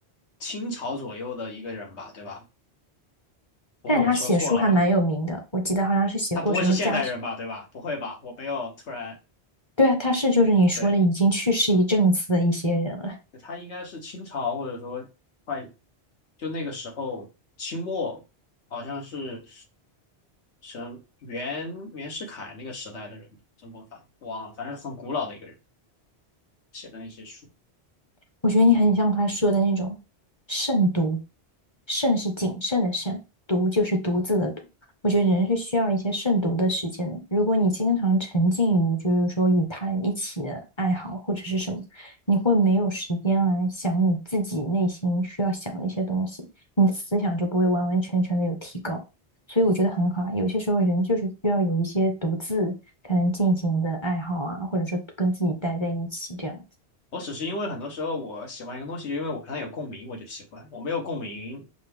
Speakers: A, on the left; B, on the left.
A: 清朝左右的一个人吧，对吧？不会我说错了吧？
B: 但是他写书还蛮有名的，我记得好像是写过什么家，
A: 他不会是现代人吧，对吧？不会吧？我没有突然
B: 对啊，他是就是你说的已经去世一阵子的一些人了。
A: 对。他应该是清朝或者说快就那个时候清末，好像是什袁袁世凯那个时代的人，曾国藩忘了，反正很古老的一个人写的那些书。
B: 我觉得你很像他说的那种慎独，慎是谨慎的慎，独就是独自的独。我觉得人是需要一些慎独的时间的。如果你经常沉浸于就是说与他人一起的爱好或者是什么，你会没有时间来想你自己内心需要想的一些东西，你的思想就不会完完全全的有提高。所以我觉得很好啊，有些时候人就是需要有一些独自才能进行的爱好啊，或者说跟自己待在一起这样子。
A: 我只是因为很多时候我喜欢一个东西，就因为我跟它有共鸣，我就喜欢；我没有共鸣，